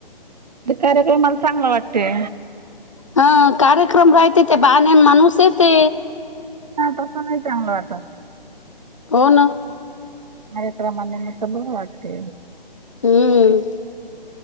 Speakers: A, on the right; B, on the left.
A: ते कार्यक्रमाला चांगलं वाटते
B: हा कार्यक्रम राहते ते बाहेर माणूस येते
A: ह तसं नाही चांगलं वाटत.
B: हो ना
A: <unintelligible> बरे वाटते
B: हम्म